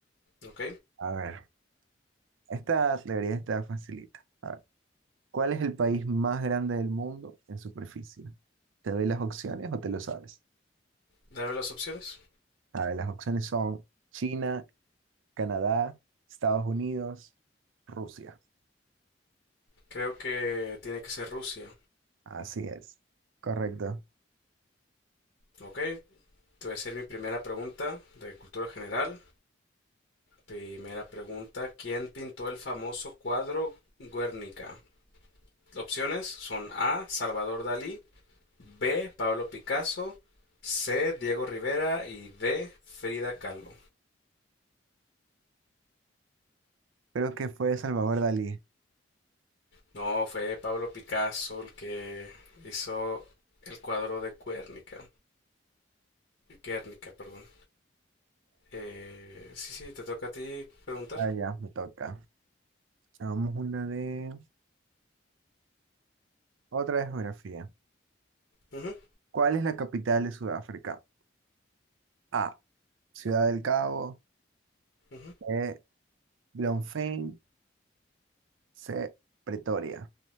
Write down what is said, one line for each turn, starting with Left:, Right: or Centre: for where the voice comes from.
Left: ¿ok?
Right: A ver, esta teoría está facilita. A ver, ¿cuál es el país más grande del mundo en superficie? ¿Te doy las opciones o te lo sabes?
Left: Dame las opciones.
Right: A ver, las opciones son China, Canadá, Estados Unidos, Rusia.
Left: Creo que tiene que ser Rusia,
Right: Así es, correcto.
Left: ¿ok? Te voy a hacer mi primera pregunta de cultura general. Primera pregunta, ¿quién pintó el famoso cuadro Guernica? Opciones son A, Salvador Dalí, B, Pablo Picasso, C, Diego Rivera y D, Frida Kahlo.
Right: Creo que fue Salvador Dalí.
Left: No, fue Pablo Picasso el que hizo el cuadro de Guernica. Guernica, perdón. Eh, sí, sí, te toca a ti preguntar.
Right: Ah, ya, me toca. Hagamos una de otra de geografía.
Left: Ujú,
Right: ¿Cuál es la capital de Sudáfrica? A. Ciudad del Cabo.
Left: ujú.
Right: B. Bloemfontein. C. Pretoria.